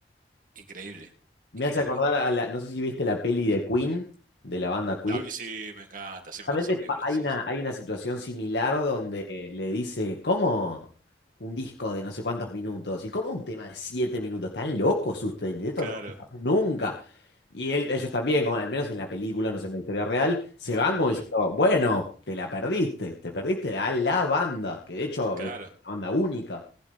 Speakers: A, on the right; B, on the left.
A: Increíble,
B: me
A: increíble.
B: hace acordar a la, no sé si viste la peli de Queen, de la banda Queen.
A: La vi, sí, me encanta, sí,
B: Justamente
A: me encanta esa película.
B: pa- hay
A: Sí,
B: una,
A: sí.
B: hay una situación similar donde le dice, ¿cómo un disco de no sé cuántos minutos? ¿Y cómo un tema de siete minutos? ¿Están locos ustedes? Esto
A: Claro.
B: no va a pasar nunca. Y él, ellos también, como al menos en la película, no sé, en la historia real, se van como diciendo,
A: Mm,
B: bueno, te la perdiste, te perdiste a la banda, que de hecho
A: claro.
B: es una banda única.